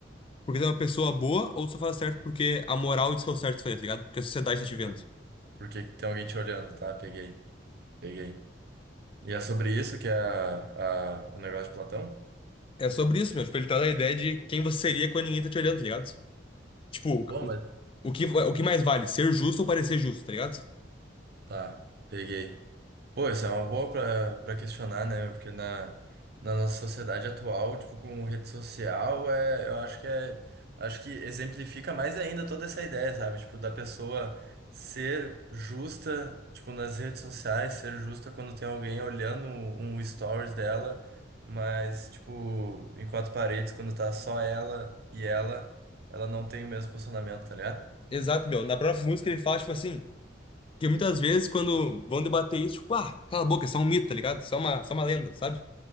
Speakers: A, on the left; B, on the right.
A: porque tu é uma pessoa boa ou tu só faz o certo porque a moral diz que é o certo fazer, tá ligado? Porque a sociedade tá te vendo.
B: Por, por que que tem alguém te olhando? Tá, peguei. Peguei. E é sobre isso que é a, a- o negócio de Platão?
A: É sobre isso, meu. Tipo, ele traz a ideia de quem você seria quando ninguém tá te olhando, tá ligado? Tipo,
B: Pô,
A: o,
B: mas.
A: o o que, o que mais vale? Ser justo ou parecer justo, tá ligado?
B: Tá, peguei. Pô, isso é uma boa pra, pra questionar, né? Porque na, na nossa sociedade atual, tipo, com rede social, é, eu acho que é, acho que exemplifica mais ainda toda essa ideia, sabe? Tipo, da pessoa ser justa, tipo, nas redes sociais, ser justa quando tem alguém olhando um, um stories dela, mas, tipo, em quatro paredes, quando tá só ela e ela, ela não tem o mesmo posicionamento, tá ligado?
A: Exato, meu. Na própria música ele fala, tipo assim, que muitas vezes quando vão debater isso, tipo, ah, cala a boca, é só um mito, tá ligado? Só uma, só uma lenda, sabe?